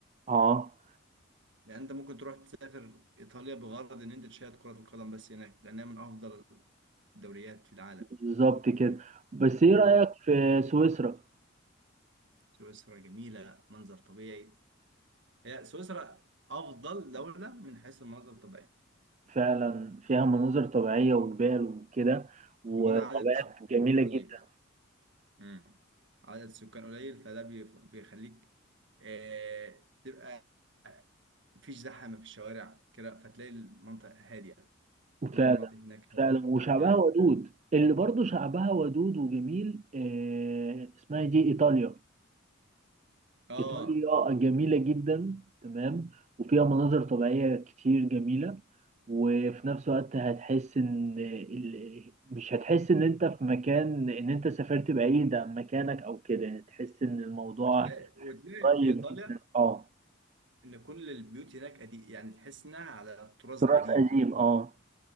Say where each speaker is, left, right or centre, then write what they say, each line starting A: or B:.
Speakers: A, on the right; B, on the right.
A: اه
B: يعني انت ممكن تروح تسافر ايطاليا بغرض ان انت تشاهد كرة القدم بس هناك لانها من افضل الدوريات في العالم
A: بالظبط كده بس ايه رأيك
B: مم.
A: في سويسرا
B: سويسرا جميلة منظر طبيعي هي سويسرا افضل دولة من حيث المناظر الطبيعية
A: فعلا فيها مناظر طبيعية وجبال وكده وغابات
B: كمان عدد سكان
A: جميلة جدا
B: قليل مم. عدد سكان قليل فده بيف- بيخليك آه، تبقى مفيش زحمة في الشوارع كده فتلاقي المنطقة هادية كل
A: فعلا
B: المناطق هناك هادية
A: فعلا وشعبها
B: مم.
A: ودود اللي برضو شعبها ودود وجميل آه اسمها إيه دي إيطاليا
B: اه
A: إيطاليا جميلة جدا تمام وفيها مناظر طبيعية كتير جميلة وفي نفس الوقت هتحس إن ال- مش هتحس إن أنت في مكان إن أنت سافرت بعيد عن مكانك أو كده تحس إن الموضوع
B: وتلاقي وتلاقي
A: قريب
B: في ايطاليا
A: جدا أه
B: ان كل البيوت هناك قديم يعني تحس انها على الطراز
A: تراث
B: القديم
A: قديم أه